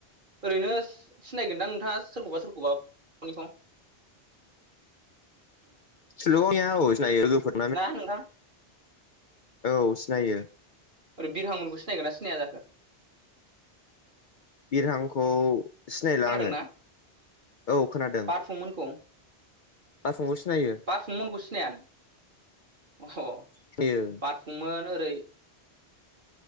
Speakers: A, on the right; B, on the left.
A: ओरैनो सि-सिनायगोनदां नोंथाङा सोरखौबा सोरखौबा फनिखौ
B: थिल'गावनिया औ सिनायो लोगोफोर
A: ना नोंथां
B: औ सिनायो
A: ओरै बिरहां मोनखौ सिनायगोना सिनाया जाखो
B: बिरहांखौ सिनायला
A: खोनादोंना
B: आङो औ खोनादों
A: फं मोनखौ
B: बारफुंखौ सिनायो
A: बारफुंमोनखौ सिनाया नों अह
B: सिनायो
A: बारफुंमोन ओरै